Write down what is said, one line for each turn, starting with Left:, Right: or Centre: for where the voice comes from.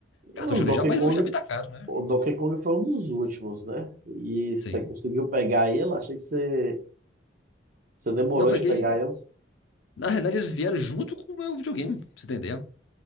Right: E
Left: Cartucho
Right: o Donkey
Left: original, mas
Right: Kong,
Left: hoje também tá caro, né?
Right: o Donkey Kong foi um dos últimos, né? E
Left: Sim.
Right: você conseguiu pegar ele? Achei que você, você demorou
Left: Não, eu peguei.
Right: de pegar ele.
Left: Na realidade, eles vieram junto com o meu videogame, pra você entender.